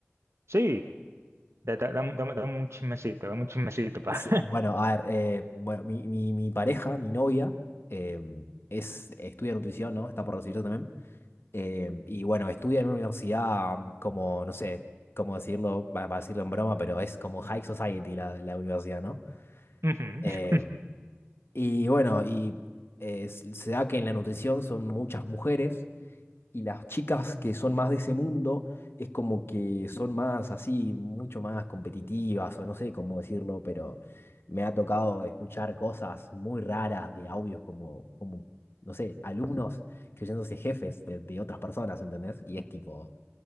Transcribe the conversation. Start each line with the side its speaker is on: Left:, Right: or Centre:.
Right: Sí, da- da- dame, dame- dame un chismecito, dame un chismecito. Pa.
Left: Es- Bueno, a ver, eh, bueno, mi, mi- mi pareja, mi novia, eh, es, estudia nutrición, ¿no? Está por recibirse también. Eh, y bueno, estudia en una universidad mm, como, no sé, cómo decirlo, para, para decirlo en broma, pero es como high society la, la universidad, ¿no?
Right: <laughs> Ujú.
Left: Eh, y bueno, y eh, se se da que en la nutrición son muchas mujeres y las chicas que son más de ese mundo es como que son más así, mucho más competitivas o no sé cómo decirlo, pero me ha tocado escuchar cosas muy raras de audios como, como no sé, alumnos creyéndose jefes de, de otras personas, ¿entendés? Y es tipo,